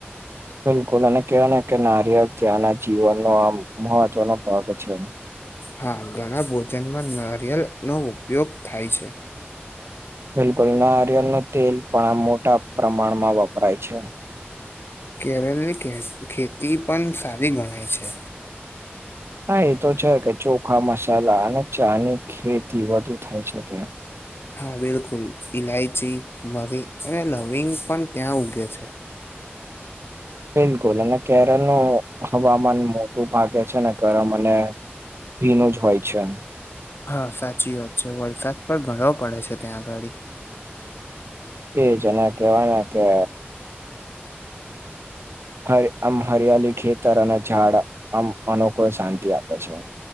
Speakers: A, on the right; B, on the left.
A: બિલકુલ અને કેહવાય ને કે નારિયલ ત્યાંના જીવનનો આમ મહત્વનો પાક છે.
B: હા ઘણા ભોજનમાં નારિયેળનો ઉપયોગ થાય છે.
A: બિલકુલ નારિયલના તેલ પણ આમ મોટા પ્રમાણમાં વપરાય છે.
B: કેરળ ની ખે ખેતી પણ સારી ગણાય છે.
A: હા એ તો છે કે ચોખા મસાલા અને ચાની ખેતી વધુ થાય છે ત્યાં
B: હા બિલકુલ ઈલાયચી, મરી અને લવિંગ પણ ત્યાં ઉગે છે.
A: બિલકુલ અને કેરલનો હવામાન મોટું ભાગે છે ને ગરમ અને ભીનું જ હોય છે.
B: હા સાચી વાત છે વરસાદ પણ ઘણો પડે છે ત્યાં ગડી.
A: એજ અને કેવાયને કે હરે આમ હરિયાલી ખેતર અને ઝાડ આમ અનોખો શાંતિ આપે છે.